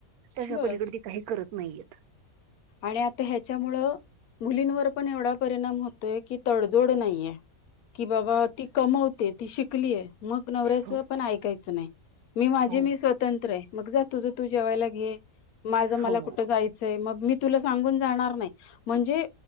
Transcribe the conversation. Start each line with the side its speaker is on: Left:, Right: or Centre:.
Right: त्याच्या
Left: बस
Right: पलीकड काही करत नाहीैत
Left: आणि आता ह्याच्यामु मुलींवर पण एवढा परिणाम होतोय की तडजोड नाहीये की बाबा ती कमवते ती शिकलीय मग नवऱ्याचं
Right: हो
Left: पण ऐकायचं नाही मी माझी
Right: हो
Left: मी स्वतंत्र आहे मग जात तुझ तू जेवायला घे माझं मला
Right: हो
Left: कुठं जायचंय मग मी तुला सांगून जाणार नाही म्हणजे